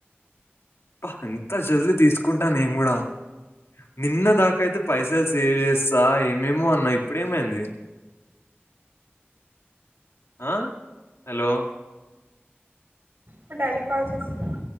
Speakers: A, on the left; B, on the right.
A: అబ్బ ఎంత జల్దీ తీసుకుంటా నేను కూడా నిన్న దాకాయితే పైసలు సేవ్ చేస్తా ఏమేమో అన్నా ఇప్పుడేమైంది ఆ హలో
B: మా డాడీ కాల్ చేస్తున్నారు